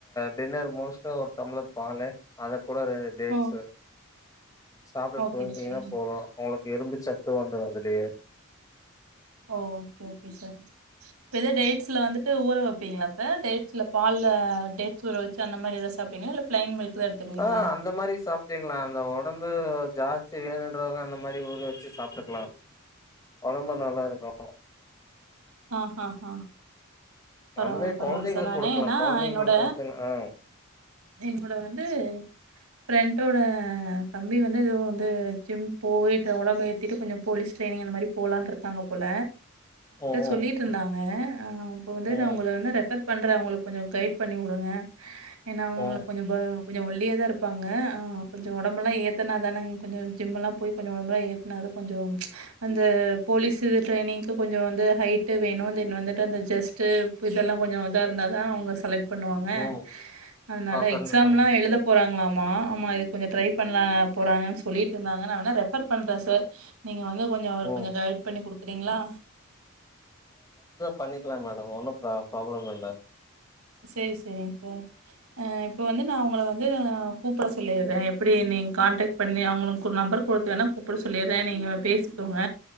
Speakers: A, on the left; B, on the right.
A: டின்னர் மோஸ்டா டம்ளர் பாலு அத கூட ரெண்டு டேட்ஸு
B: ஓ!
A: சாப்ட்டு
B: ஓகே,
A: போயந்தீங்கன்னா
B: ஓகே.
A: போவலாம் உங்களுக்கு இரும்பு சத்து வந்து அதுலயே
B: ஓ ஓகே ஓகே சார் டேட்ஸ்ல வந்துட்டு ஊற வப்பீங்களா சார் டேட்ஸ்ல பால்ல டேட்ஸ் ஊற வச்சு அந்த மாரி ஏத சாப்டீங்க இல்ல பிளைன் மில்க் தான் எடுத்துக்குவீங்களா
A: ஆஹ் அந்த மாரி சாப்டீங்களா அந்த உடம்பு ஜாஸ்தி வேணுன்றவங்க அந்த மாரி ஊர வச்சு சாப்ட்டுக்கலாம் உடம்பு நல்லா இருக்கும்
B: ஆஹ ஆஹ பரவால்ல
A: அந்த மாரி
B: பரவால்ல
A: கொழந்தைங்களுக்கு
B: சார் நானே
A: குடுக்கலா
B: ஏன்னா
A: கொழந்தைங்களுக்கு
B: என்னோட
A: குடுத்தீங்க ஆ
B: என்னோட வந்து பிரண்டோட தம்பி வந்து இதுவும் வந்து ஜிம் போய்ட்டு உடம்பு ஏத்திட்டு கொஞ்சம் போலீஸ் டிரெய்னிங் அந்த மாரி போலான் இருக்காங்க போல
A: ம்
B: சொல்லிட்டு இருந்தாங்க ஆஹ் இப்ப வந்து
A: ம்
B: நா உங்களை வந்து ரெஃபர் பண்ற அவுங்களுக்கு கொஞ்சம் கைட் பண்ணிவுடுங்க ஏன்னா அவுங்களுக்கு
A: ம்
B: கொஞ்ச கொஞ்சம் ஒல்லியா தான் இருப்பாங்க கொஞ்சம் உடம்பெலாம் ஏத்துனா தான் கொஞ்சம் ஜிம்மெலாம் போய் கொஞ்சம் உடம்பெலாம் ஏத்தனாதா கொஞ்சம் அந்த போலீஸு ட்ரைனிங்க்கு கொஞ்சம் வந்து ஹைட்டு வேணும் தென் வந்துட்டு அந்த ஜஸ்ட் இதெல்லாம் கொஞ்சம் இதா இருந்தா தான் அவுங்க செலக்ட் பண்ணுவாங்க
A: ம்
B: அதனால
A: ஆ கண்டிப்பாங்க
B: எக்ஸாம்லாம் எழுத போறாங்களாம் மா ஆமா இது கொஞ்சம் ட்ரை பண்ண போறாங்க சொல்லிட்டு இருந்தாங்க நா வேனா ரெஃபர் பண்றேன் சார் நீங்க வந்து கொஞ்ச அவர்
A: ம்
B: கொஞ்ச கைட் பண்ணி கொடுக் க்ரிங்களா
A: பண்ணிக்கலாம் மேடம் ஒன்னும் ப்ரா ப்ராப்ளம் இல்ல
B: சேரி சேரிங்க சார் ஹ இப்ப வந்து நான் உங்களை வந்து கூப்ட சொல்லிடுறேன் எப்டி நீங்க காண்டக்ட் பண்ணி அவுங்களுக்கு உங்க நம்பர் கொடுத்து வேணா கூப்ட சொல்லிறேன் நீங்க பேசிக்கோங்க